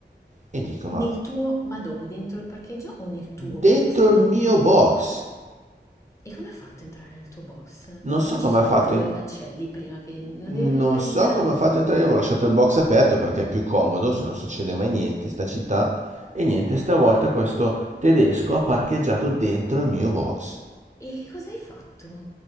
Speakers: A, on the right; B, on the left.
A: e dico, ma
B: Nel tuo... Ma dove? Dentro il parcheggio o nel tuo
A: dentro
B: box?
A: il mio box?
B: E come ha fatto a entrare nel tuo box?
A: Non so
B: Non
A: come
B: ci sono
A: ha fatto
B: due
A: a
B: cancelli prima che... Non
A: Non
B: deve venire mica il...
A: so come ho fatto a entrare, io avevo lasciato il box aperto perché è più comodo, se non succede mai niente in sta città. E niente, stavolta questo tedesco ha parcheggiato dentro il mio box.
B: E che cosa hai fatto?